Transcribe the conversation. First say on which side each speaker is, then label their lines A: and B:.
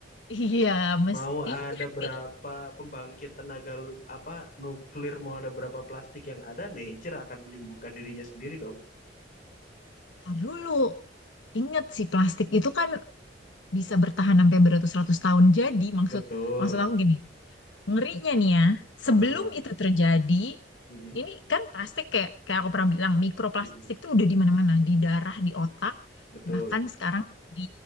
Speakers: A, on the left (about 85°); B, on the left (about 50°).
A: Iya, mestinya
B: Mau ada berapa
A: sih.
B: pembangkit tenaga lu- apa nuklir, mau ada berapa plastik yang ada, nature akan menyembuhkan dirinya sendiri dong.
A: Ntar dulu, inget sih plastik itu kan bisa bertahan sampai beratus-ratus tahun. Jadi maksud
B: Betul.
A: maksud aku gini, ngerinya nih ya,
B: Heeh.
A: sebelum itu terjadi,
B: Mm-mm,
A: Ini kan plastik kayak kayak aku pernah bilang mikroplastik
B: mm-mm.
A: tuh udah di mana-mana, di darah, di otak,
B: Betul,
A: bahkan sekarang di